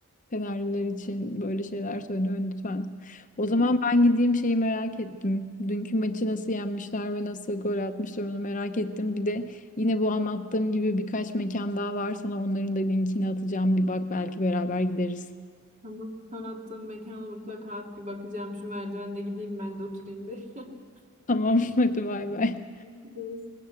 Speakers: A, on the left; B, on the right.
A: Fenerliler için böyle şeyler söyle lütfen. O zaman ben gideyim şeyi merak ettim. Dünkü maçı nasıl yenmişler ve nasıl gol atmışlar onu merak ettim. Bir de yine bu anlattığım gibi birkaç mekan daha var sana onların da linkini atacağım. Bir bak belki beraber gideriz.
B: Ama son attığım mekana mutlaka at bir bakacağım. Şu merdivende gideyim ben de oturayım bir. <laughs>
A: Tamam <laughs> hadi bay bay.
B: Görüşürüz.